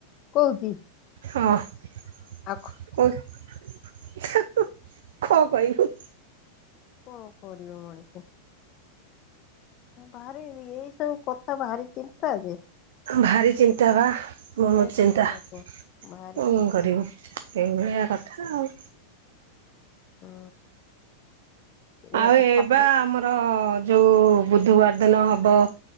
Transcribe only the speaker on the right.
ହଁ।
କୋଉ କଁ କହିବୁ?
ଭାରି ଚିନ୍ତା ବା ବହୁତ୍
ଚିନ୍ତା କଁ
କରିବି? ଏଭଳିଆ କଥା ଆଉ।
ଆଉ
ଏଇବା
ଆମର ଯୋଉ ବୁଧୁବାର ଦିନ ହବ